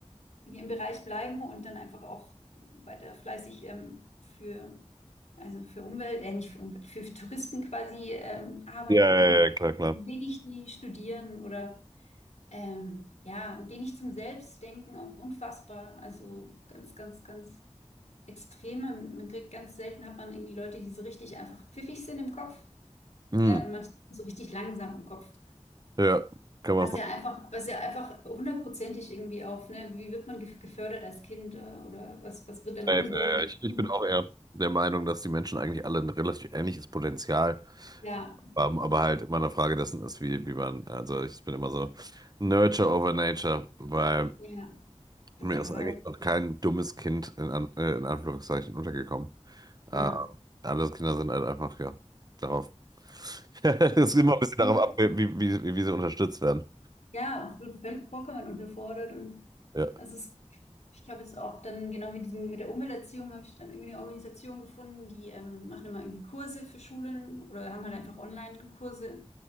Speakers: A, on the left; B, on the right.
A: in ihrem Bereich bleiben und dann einfach auch weiter fleißig ähm, für, also für Umwelt, äh, nicht für Umwelt, für Touristen quasi ähm, arbeiten
B: Ja, ja,
A: und
B: ja, klar, klar.
A: ein wenig die studieren oder ähm, ja, ein wenig zum Selbstdenken, auch unfassbar. Also ganz, ganz, ganz extrem. Man, man kriegt ganz selten hat man irgendwie Leute, die so richtig einfach pfiffig sind im Kopf,
B: Hm.
A: ne? Und manche sind so richtig langsam im Kopf.
B: Ja, kann
A: Was
B: man.
A: ja einfach, was ja einfach hundertprozentig irgendwie auf, ne? Wie wird man gef- gefördert als Kind äh, oder was, was wird einem
B: Safe,
A: angeboten
B: äh,
A: als
B: Ich, ich
A: Kind?
B: bin auch eher der Meinung, dass die Menschen eigentlich alle ein relativ ähnliches Potenzial
A: Ja,
B: haben, aber halt immer eine Frage dessen ist, wie, wie man, also ich bin immer so Nurture over Nature, weil
A: ja, total.
B: mir ist eigentlich noch kein dummes Kind in, An äh, in Anführungszeichen untergekommen.
A: Ja.
B: Äh, andere Kinder sind halt einfach, ja, darauf. <laughs> Es ist immer ein bisschen darauf
A: Und,
B: ab, wie, wie, wie, wie sie unterstützt werden.
A: Ja, absolut völlig vollkommen unterfordert. Und
B: Ja.
A: also es, ich habe jetzt auch dann genau mit diesem, mit der Umwelterziehung habe ich dann irgendwie eine Organisation gefunden, die ähm, machen immer irgendwie Kurse für Schulen oder haben halt einfach Online-Kurse,